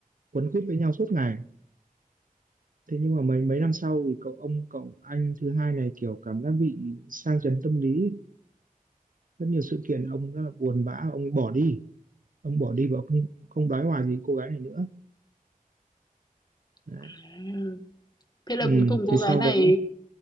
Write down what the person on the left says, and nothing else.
à. Thế là
cuối cùng cô
gái này